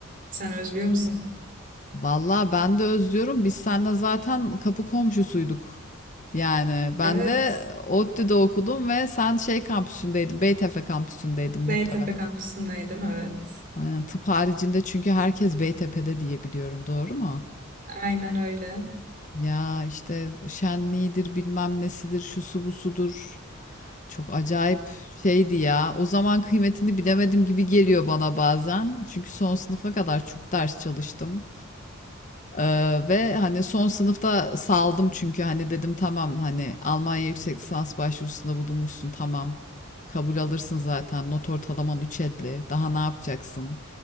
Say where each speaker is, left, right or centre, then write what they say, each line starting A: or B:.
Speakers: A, on the right; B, on the left.
A: Sen özlüyor musun?
B: vallahi ben de özlüyorum. Biz seninle zaten kapı komşusuyduk. Yani ben
A: Evet.
B: de ODTÜ'de okudum ve sen şey kampüsündeydin. Beytepe kampüsündeydin muhtemelen.
A: Beytepe kampüsündeydim, evet.
B: Aynen, tıp haricinde çünkü herkes Beytepe'de diye biliyorum. Doğru mu?
A: Aynen öyle.
B: Ya işte bu şenliğidir bilmem nesidir şu su bu sudur. Çok acayip şeydi ya. O zaman kıymetini bilemedim gibi geliyor bana bazen. Çünkü son sınıfa kadar çok ders çalıştım. Ee, ve hani son sınıfta saldım çünkü hani dedim tamam hani Almanya yüksek lisans başvurusunda bulunmuşsun tamam. Kabul alırsın zaten not ortalaman 3.50 daha ne yapacaksın?